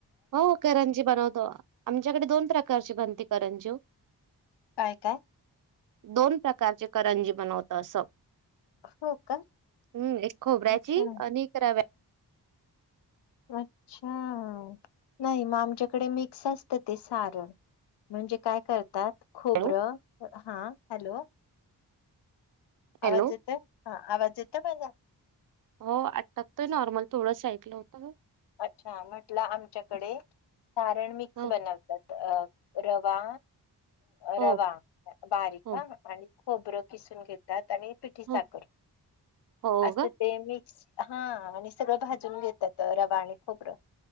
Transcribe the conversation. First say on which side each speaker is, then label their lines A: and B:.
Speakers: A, on the right; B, on the left.
A: हो करंजी बनवतो आमच्याकडे दोन प्रकारची बनते करंजीव
B: काय काय.
A: दोन प्रकारचे करंजी बनवत असं.
B: हो का
A: हम्म एक खोबऱ्याची
B: अच्छा
A: अकराव्याची <inaudible>
B: अच्छा नाही मग आमच्याकडे मिक्स असतं ते सारण म्हणजे काय करतात खोबरं
A: हॅलो
B: हा हॅलो.
A: हॅलो.
B: आजत ह आजत म्हज
A: हो आठ टकतोय नॉर्मल थोडंच ऐकलं होतं.
B: अच्छा म्हटलं आमच्याकडे सारण मिक्स
A: हो,
B: बनवतात अ रवा
A: हो,
B: रवा बारीक
A: हो,
B: हा आणि खोबरं किसून घेतात आणि पिठी साखर
A: हो, हो
B: असं
A: गं.
B: ते मी हा आणि सगळं भाजून
A: हो,
B: घेतात रवा आणि खोबरं